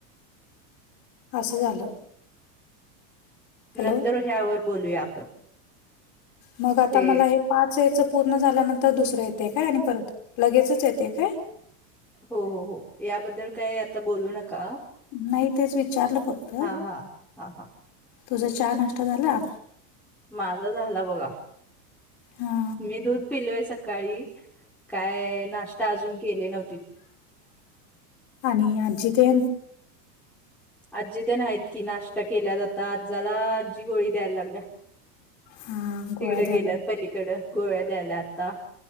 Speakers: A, on the left; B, in the centre.
A: असं झालं हॅलो
B: नंतर ह्यावर बोलूया आपण
A: मग आता
B: ते
A: मला हे पाच याचं पूर्ण झाल्यानंतर दुसरं येते काय आणि परत लगेचच येते काय
B: हो हो हो याबद्दल काय आता बोलू नका
A: नाही तेच विचारलं फक्त
B: हां, हां. हां, हां.
A: तुझा चहा नष्ट झाला
B: माझा झाला बघा
A: हा
B: मी दूध पिलोय सकाळी काय नाश्ता अजून केले नव्हती
A: आणि आजजी ते
B: आजी ते नाहीत की नाश्ता केल्या जाता आजाला आजी गोळी द्यायला लागल्या
A: हा
B: तिकडे
A: गोळ्या
B: गेल्यात
A: द्यायला
B: पलीकडं गोळ्या द्यायला आता